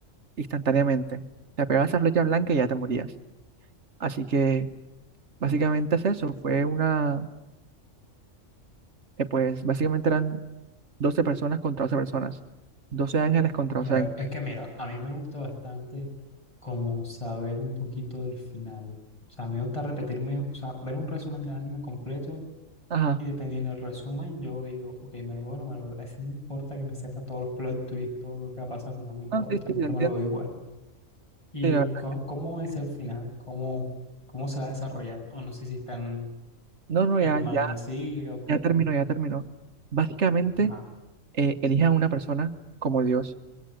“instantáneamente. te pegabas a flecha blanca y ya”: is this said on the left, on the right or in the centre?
Right